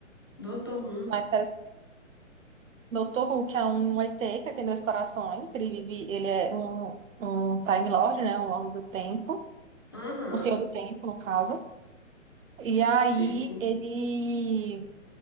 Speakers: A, on the left; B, on the right.
A: Doutor Who.
B: As séries Doutor Who, que é um ET que tem dois corações. Ele vive, ele é um, um Time Lord, né? Um Lorde do Tempo.
A: Uhum,
B: Um Senhor do Tempo, no caso. E aí
A: chique.
B: ele